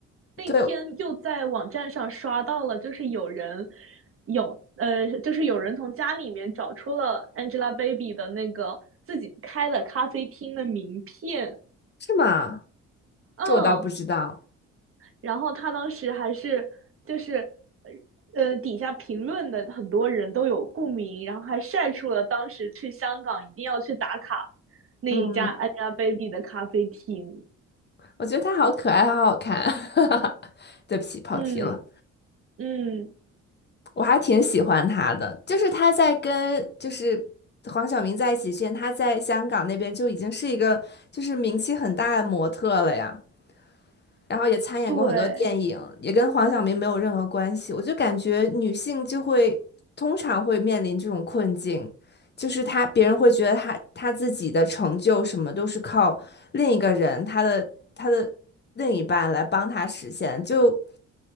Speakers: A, on the right; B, on the left.
A: 那天又在网站上刷到了，
B: 对，
A: 就是有人有呃，就是有人从家里面找出了 Angelababy 的那个自己开的咖啡厅的名片，
B: 是吗？
A: 嗯，
B: 这我倒不知道。
A: 然后他当时还是就是呃底下评论的很多人都有共鸣，然后还晒出了当时去香港一定要去打卡那一家
B: 嗯，
A: Angelababy 的咖啡厅，
B: 我觉得他好可爱，他好好看。<laughs> 对不起，跑题了。
A: 嗯嗯，
B: 我还挺喜欢他的，就是他在跟就是黄晓明在一起之前，他在香港那边就已经是一个就是名气很大的模特了呀。然后也参演过很多电影，
A: 对。
B: 也跟黄晓明没有任何关系。我就感觉女性就会通常会面临这种困境，就是她别人会觉得她她自己的成就什么都是靠另一个人，她的她的另一半来帮她实现，就